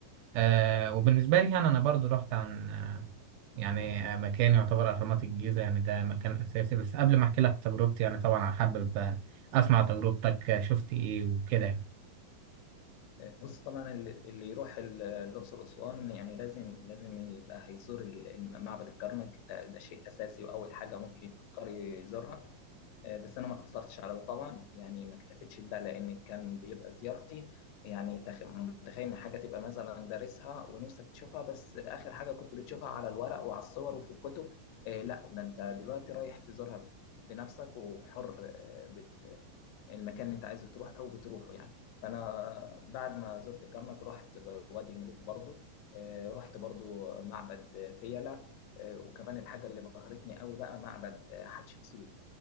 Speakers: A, on the right; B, on the left.
A: آه وبالنسبة لي يعني أنا برضو رحت عن آه يعني آه مكان يعتبر أهرامات الجيزة يعني ده مكان أساسي بس قبل ما أحكي لك تجربتي يعني طبعا أنا حابب آه، أسمع تجربتك آه، شفت إيه وكده يعني.
B: بص طبعا ال- اللي يروح ال- الأقصر وأسوان يعني لازم لازم يبقى هيزور ال- معبد الكرنك ده, ده شيء أساسي وأول حاجة ممكن يفكر يزورها آه، بس انا ما اقتصرتش على ده طبعا يعني ما اكتفيتش بده لان كان بيبقى زيارتي يعني تخ- متخيل ان حاجه تبقى مثلا دارسها ونفسك تشوفها بس اخر حاجه كنت بتشوفها على الورق وعلى الصور وفي الكتب آه، لا ده انت دلوقتي رايح تزورها بنفسك وحر آه، بت المكان اللي انت عايز تروحه وبتروحه يعني فانا بعد ما زرت الكرنك رحت وادي الملوك برضو آه، رحت برضو معبد فيلة آه، وكمان الحاجه اللي بهرتني قوي بقى معبد آه، حتشبسوت